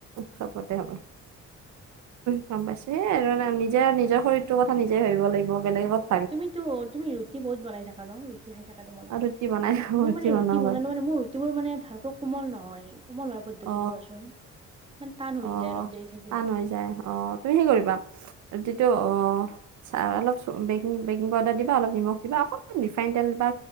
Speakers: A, on the right (about 70°); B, on the right (about 20°).
A: চাপতে হ'ব। গম পাইছে সেই আৰু নিজে নিজৰ শৰীৰ তোৰ কথা নিজে ভাবিব লাগিব বেলেগত
B: তুমিতো তুমি ৰুটি বনাই থাকা ন? ৰুটি খাই থাকা তোমালোকে।
A: আৰু ৰুটি বনাই খাব,
B: মোৰ মানে
A: বনাব
B: ৰুটি বনালে
A: পাৰ
B: মানে মোৰ ৰুটিবোৰ মানে ভালকৈ কোমল নহয় কোমল হোৱাৰ পদ্ধতি
A: অ
B: দিবাচোন। মানে টান
A: অ
B: হৈ যায় অলপ দেৰি থাকিলে।
A: টান হৈ যায় অ। তুমি হেই কৰিবা ৰুটিটো অ চা অলপ বেকিং বেকিং পাউদাৰ দিবা অলপ নিমখ দিবা অকণমান ৰিফাইন তেল দিবা।